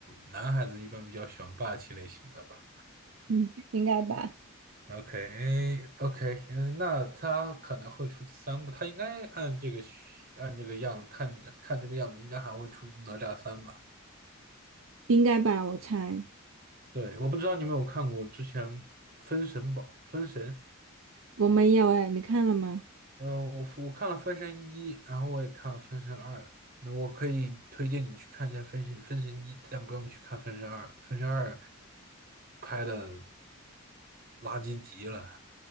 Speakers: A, on the right; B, on the right.
A: 男孩子一般比较喜欢霸气类型的吧。
B: 嗯，应该吧。
A: OK，o k 嗯，那他可能会出第三部，他应该按这个需按这个样子看看这个样子，应该还会出哪吒三吧？
B: 应该吧，我猜。
A: 对，我不知道你有没有看过之前《封神榜》《封神》，
B: 我没有哎，你看了吗？
A: 嗯、我我看了《封神一》，然后我也看了《封神二》，那我可以推荐你去看一下《封神》《封神一》，但不用去看《封神二》，《封神二》拍的垃圾极了。